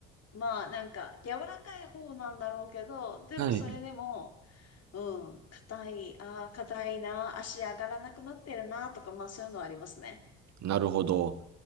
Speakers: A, on the left (about 50°); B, on the right (about 60°).
A: まあなんか柔らかい方なんだろうけど、でもそれでも、
B: はい。
A: うん、硬い、ああ、硬いな、足上がらなくなってるな、とか、まあそういうのはありますね。
B: なるほど。